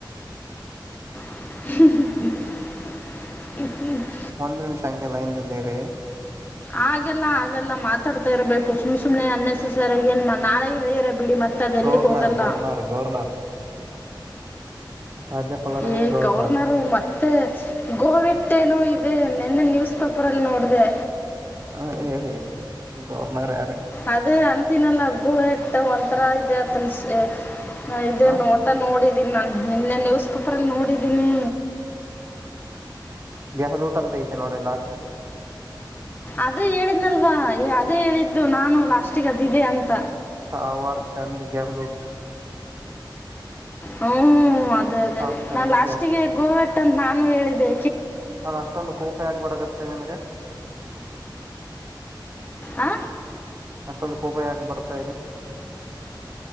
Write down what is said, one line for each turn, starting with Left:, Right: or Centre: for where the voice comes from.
Left: <inaudible>
Right: ಒಂದ್ ನಿಮಿಷ ಹಂಗೆ ಲೈನ್ದಲ್ಲಿ ಇರಿ.
Left: ಹಾಗೆಲ್ಲ ಆಗಲ್ಲ ಮಾತಾಡ್ತಾ ಇರ್ಬೇಕು ಸುಮ್ ಸುಮ್ನೆ ಅನ್ನೆಸಸರಿ ಏನ್ ನಾಳೆ ಹೇಳಿರಿ ಬಿಡಿ ಮತ್ತ. ಮತ್ತದು ಎಲ್ಲಿಗೂ
Right: ಗೌರ್ನರ್
Left: ಹೋಗಲ್ಲ.
Right: ಗೌರ್ನರ್ ಗೌರ್ನರ್ ರಾಜ್ಯಪಾಲರ್ ಅಂದ್ರೆ
Left: ಏ
Right: ಗೌರ್ನರ್
Left: ಗವರ್ನರ್ ಮತ್ತೆ ಗೋವಿ ಮತ್ತೇನೋ ಇದೆ ನಿನ್ನೆ ನ್ಯೂಸ್ ಪೇಪರಲ್ಲಿ ನೋಡ್ದೆ.
Right: ಹಾ ಹೇಳಿ ಗವರ್ನರ್ ಯಾರು.
Left: ಅದೇ ಅಂತಿನಲ್ಲ ಗೋ ಇಟ್ಟ ಒಂಥರಾ ಇದೆ ಅತನ್ಸ ಹ್ಹ್ ಇದೇ
Right: ಹ
Left: ನೋಡ್ತಾ ನೋಡಿ. ಇದ ನಾನು ನಿನ್ನೆ ನ್ಯೂಸ್ ಪೇಪರ್ ಅಲ್ಲಿ ನೋಡಿದ್ದೀನಿ.
Right: ಗೆಹಲೂಟ್ ಅಂತ ಐತೆ ನೋಡು ಲಾಸ್ಟ್
Left: ಅದೇ ಹೇಳಿದ್ನಲ್ವಾ ಅದೇ ಹೇಳಿದ್ದು ನಾನು ಲಾಸ್ಟಿಗೆ ಅದಿದೆ ಅಂತ.
Right: ತಾವರ ಚಂದ ಗೆಹಲೂಕ.
Left: ಹ್ಮ್ ಅದೇ ಅದೇ
Right: ತಾವರ್ ಚಂದ್
Left: ನಾ
Right: ಅದ್
Left: ಲಾಸ್ಟಿಗೆ ಗೋವೆಟ್ಟ ಅಂತ ನಾನು ಹೇಳ್ದೆ.
Right: ಅಲ ಅಷ್ಟೊಂದು ಕೋಪ ಯಾಕ್ ಬರಗತ್ತೆ ನಿನಗೆ.
Left: ಆ
Right: ಅಷ್ಟೊಂದು ಕೋಪ ಯಾಕ ಬರ್ತಾ ಇದೆ.